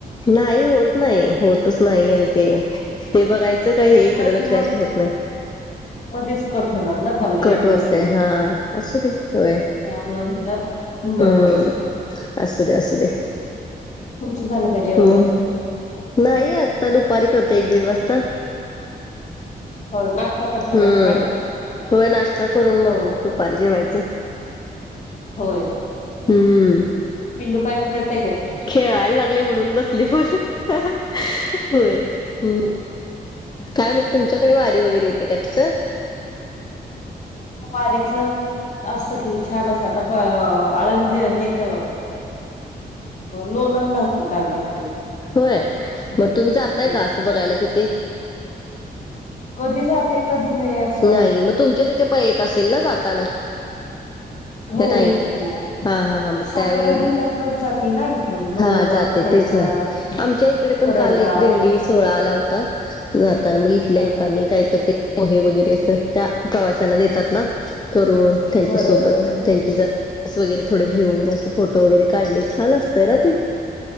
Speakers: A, on the left; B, on the left.
A: नाही होत नाही होतच नाही ते ते बघाय च काही
B: रेंज
A: हे इकडे
B: नसती
A: लक्षाचं
B: मग
A: होत नाही.
B: मध्येच कट होणार ना कॉल रेंज
A: कट होतय
B: नसली की
A: हा असू दे होय.
B: त्यामुळे म्हणलं. नकोच
A: हम्म असू दे असू दे
B: तुमच झाण का जेवण?
A: मग नाही आत्ता दुपारी करते एक दीड वाजता.
B: होय नाश्ता करता
A: हम्म
B: का सकाळी
A: होय नाश्ता करून
B: होय
A: मग दुपारी जेवायचं.
B: होय.
A: हम्म.
B: पिल्लू काय खेळत
A: खेळायला लागले म्हणून बसले बोलत होय. हम्म
B: अ ह
A: काय मग तुमच्याकडे वारी वगैरे येते का तिथं.
B: वारीच असत की छान असतं आता प आळंदी हेत अ लोणन लावती काल रात्री.
A: होय मग तुम्ही जातय
B: हम्म.
A: का असं बघायला तिथे.
B: कधी जाते कधी नाही असं
A: नाही मग तुमच्या तिथे पाई येत असेल ना जाताना.
B: हो
A: क ताई
B: येते की
A: हा हा हा मग.
B: सातारा
A: त्यावेळी
B: जिल्ह्यातनच जाती ना इथून लोणंद
A: हा जाते
B: फलटण
A: तेच ना आमच्या इकडे पण
B: तरडगाव
A: काल एक दिंडी सोळा आला होता जाताना मग इथल्या
B: हा
A: एकानी काय पोहे वगैरे अस त्या प्रवाशांना देतात ना करून. त्यांच्या
B: बर
A: सोबत
B: बर
A: त्यांची ज स वगैरे थोडे घेऊन असे फोटो वगैरे काढले छान असतय ना ते.